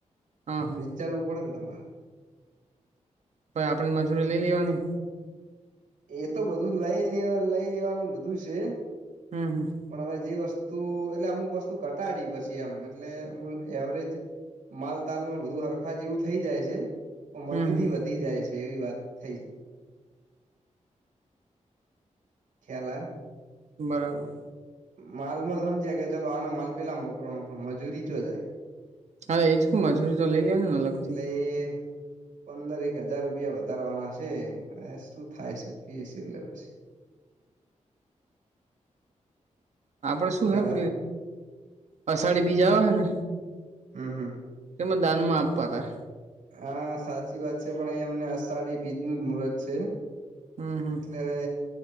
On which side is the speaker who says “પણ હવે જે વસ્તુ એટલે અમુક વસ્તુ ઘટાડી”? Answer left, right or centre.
Right